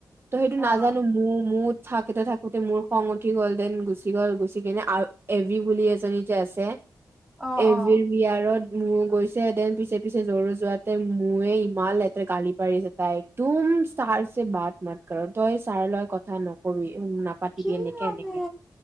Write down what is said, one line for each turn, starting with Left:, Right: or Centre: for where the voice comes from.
Right: ত' সেইটো
Centre: অ',
Right: নাজানো মোৰ মোৰ থাকোতে থাকোতে মোৰ খং উঠি গ'ল দেন গুচি গ'ল, গুচি কিনে এভি বুলি এজনী যে আছে।
Centre: অহ',
Right: এভিৰ
Centre: অহ'।
Right: বিয়াৰত মোৰ গৈছে দেন পিছে পিছে জৰুো যোৱাতে, ময়ে ইমান লেতেৰা গালি পাৰিছে তাই। তোক তুম ছাৰ চে বাট মাত কৰো, তই ছাৰ লগত কথা নকবি। নাপাতিবি
Centre: কি
Right: এনেকে
Centre: মানে
Right: এনেকে।